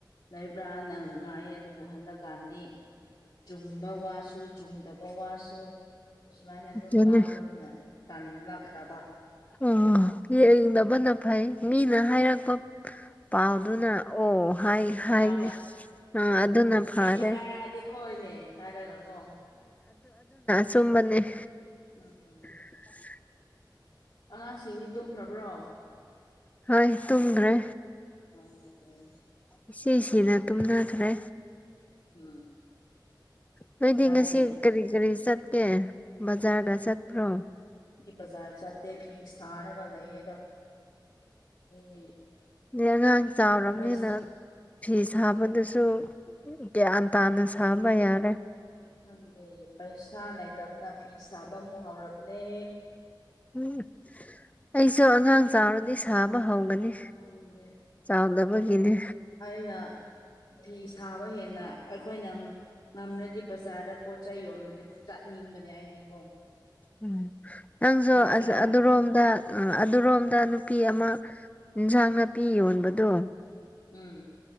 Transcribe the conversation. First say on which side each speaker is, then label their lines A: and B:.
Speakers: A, on the left; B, on the left.
A: ꯂꯩꯕ꯭ꯔꯥꯅ ꯉꯥꯏ ꯑꯗꯨꯕꯨ ꯍꯟꯗꯛꯀꯥꯟꯗꯤ꯫ ꯆꯨꯝꯕ ꯋꯥꯁꯨ-ꯆꯨꯝꯗꯕ ꯋꯥꯁꯨ꯫ ꯁꯨ ꯁꯨꯃꯥꯏꯅ ꯑꯗꯨꯝ
B: ꯑꯗꯨꯅꯦ
A: ꯉꯥꯡꯕꯅꯤꯅ ꯇꯥꯟꯂꯛꯈ꯭ꯔꯕ꯫
B: ꯎꯝ ꯌꯦꯡꯗꯕꯅ ꯐꯩ ꯃꯤꯅ ꯍꯥꯏꯔꯛꯄ꯫ ꯄꯥꯎꯗꯨꯅ ꯑꯣ ꯍꯥꯏ꯫ ꯍꯥꯏꯅꯦ
A: ꯇꯥꯕ꯫
B: ꯑꯥ ꯑꯗꯨꯅ ꯐꯔꯦ
A: ꯃꯤꯅ ꯍꯥꯏꯔꯛꯑꯗꯤ ꯍꯣꯏꯅꯦ ꯍꯥꯏꯔꯒꯀꯣ꯫
B: ꯆꯨꯝꯕꯅꯦ꯫
A: ꯎꯝ꯫
B: <inaudible>
A: ꯑꯉꯥꯡꯁꯤꯡꯗꯤ ꯇꯨꯝꯈ꯭ꯔꯕ꯭ꯔꯣ꯫
B: ꯍꯣꯏ ꯇꯨꯝꯒꯔꯦ꯫
A: ꯎꯝ꯫ ꯎꯝ꯫
B: ꯏꯁꯤꯁꯤꯅ ꯇꯨꯝꯅꯈ꯭ꯔꯦ꯫
A: ꯎꯝ꯫
B: ꯅꯣꯏꯗꯤ
A: ꯐꯔꯦꯅꯦ
B: ꯉꯁꯤ ꯀꯔꯤ ꯀꯔꯤ ꯆꯠꯀꯦ ꯕꯖꯥꯔꯗ ꯆꯠꯄ꯭ꯔꯣ꯫
A: ꯑꯩ ꯕꯥꯖꯔ ꯆꯠꯇꯦ ꯐꯤ ꯁꯔꯒ ꯂꯩꯌꯦꯗ ꯐꯤ꯫
B: ꯑ ꯑꯉꯥꯡ ꯆꯥꯎꯔꯕꯅꯤꯅ꯫
A: ꯄꯩꯁꯥ
B: ꯐꯤ ꯁꯥꯕꯗꯨꯁꯨ ꯒ꯭ꯌꯥꯟ ꯇꯥꯅ ꯁꯥꯕ ꯌꯥꯔꯦ꯫
A: ꯈꯪꯗꯦ ꯄꯩꯁꯥ ꯂꯩꯇꯕꯅ ꯐꯤ ꯁꯥꯕ ꯑꯃꯨꯛ ꯍꯥꯎꯔꯕꯅꯦ꯫
B: ꯎꯝ ꯑꯩꯁꯨ ꯑꯉꯥꯡ ꯆꯥꯎꯔꯗꯤ ꯁꯥꯕ ꯍꯧꯒꯅꯤ꯫
A: ꯈꯪꯗꯦ
B: ꯆꯥꯎꯗꯕꯒꯤꯅꯦ
A: ꯑꯩꯅ꯫ ꯐꯤ ꯁꯥꯕ ꯍꯦꯟꯅ ꯑꯩꯈꯣꯏꯅꯪ꯫ ꯉꯝ꯭ꯔꯗꯤ ꯕꯖꯥꯔꯗ ꯄꯣꯠꯆ ꯌꯣꯟꯕꯗꯤ ꯆꯠꯅꯤꯡꯕꯅꯦ ꯑꯩꯗꯤꯀꯣ
B: ꯎꯝ ꯅꯪꯁꯨ
A: ꯅꯠꯇ꯭ꯔꯥ
B: ꯑꯗꯨꯔꯣꯝꯗ ꯑꯥ ꯑꯗꯨꯔꯣꯝꯗ ꯅꯨꯄꯤ ꯑꯃ ꯏꯟꯖꯥꯡ ꯅꯥꯄꯤ ꯌꯣꯟꯕꯗꯣ
A: ꯎꯝ